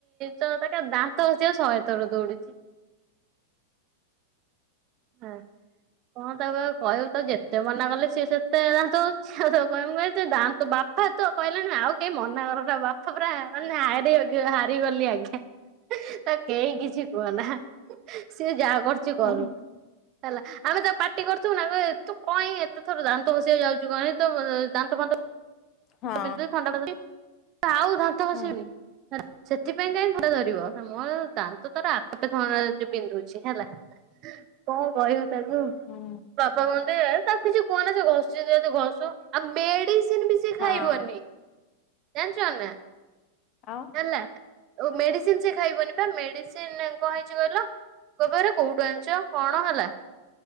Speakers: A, on the right; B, on the left.
A: ତ ସେ କା ଦାନ୍ତ ଘସିବାକୁ ଶହେଥର ଦୌଡୁଛି! ହୁଁ! କଣ ତାକୁ ଆଉ କହିବୁ ତାକୁ ଯେତେ ମନା କଲେ ସିଏ ସେତେ ଦାନ୍ତ ଘସୁଛି ଆଉ <unintelligible> ହା ତୁ କହିଲାଣି ଆଉ କେହି ମନା କରନ ବାପା ପୁରା ମାନେ ହାରିଗ ହାରିଗଲି ଆଜ୍ଞା! ତାକୁ କେହି କିଛି କୁହନା ସିଏ ଯାହା କରୁଛି କରୁ!
B: ହୁଁ
A: ହେଲା ଆମେ ତାକୁ ପାଟି କରିଥିବୁ ନା କହବ ତୁ କଇଁ ଏତେ ଥର ଦାନ୍ତ ଖସିବାକୁ ଯାଉଛୁ କହନି ତୋ ଦାନ୍ତ ଫାନ୍ତ
B: ହଁ
A: ବିନ୍ଧୁଚି ଥଣ୍ଡା ଧରୁଚି ତ ଆଉ ଦାନ୍ତ ଖଷିବିନି!
B: ହୁଁ
A: ହେଲା ସେଥିପାଇଁ କାଇଁ ଥଣ୍ତା ଧରିବ ମୋର ଦାନ୍ତ ତାର ଆପେ ଆପେ ଥଣ୍ଡା ଯୋ ବିନ୍ଧୁଛି ହେଲା! କଣ କହିବୁ ତାକୁ
B: ହୁଁ
A: ବାପା କୁହନ୍ତି ଏ ତାକୁ କିଛି କୁହନା ସେ ଘସୂଚି ଯେହେତୁ ଘସୁ ଆଉ ମେଡିସିନ ବି ସେ
B: ହଁ
A: ଖାଇବନି! ଜାଣିଛନ୍ ନା!
B: ଆଉ।
A: ହେଲା ଓ ମେଡିସିନ ସେ ଖାଇବନି ବା ମେଡିସିନ କଣ ହେଇଛି କହିଲ କହିବ ଏରା କୋଉଠୁ ଆଣିଛ କଣ ହେଲା!